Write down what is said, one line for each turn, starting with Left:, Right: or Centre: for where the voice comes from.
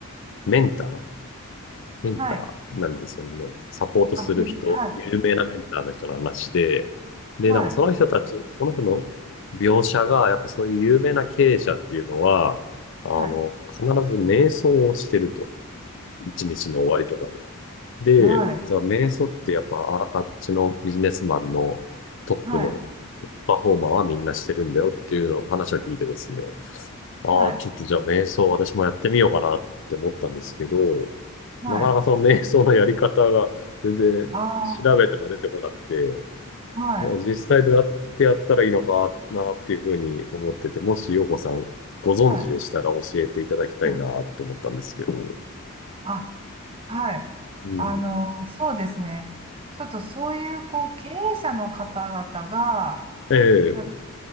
Left: メンターメンターなんですよね。
Right: はい、
Left: サポートする人、
Right: あ、ね、はい、
Left: 有名なメンターの人の話で、で、
Right: はい、
Left: なんかその人たち、その人の描写が、やっぱそういう有名な経営者っていうのは、あの、
Right: はい、
Left: 必ず瞑想をしてると。一日の終わりとかに。で、
Right: はい、
Left: さ、瞑想ってやっぱあ、あっちのビジネスマンのトップのトップパフォーマーはみんなしてるんだよっていうの話を聞いてですね、
Right: はい、
Left: ああ、
Right: はい、はい、
Left: ちょっとじゃあ瞑想私もやってみようかなって思ったんですけど、
Right: はい、
Left: なかなかその瞑想のやり方が全然調べても出てこなくて、
Right: ああ、はい、
Left: 実際どうやってやったらいいのかなっていうふうに思ってて、もし陽子さんご存知でしたら教えていただきたいなと思ったんですけど、
Right: はい、はい、あ、はい。
Left: うん。
Right: あの、そうですね。ちょっとそういう、こう、経営者の方々が、
Left: ええ、
Right: なんか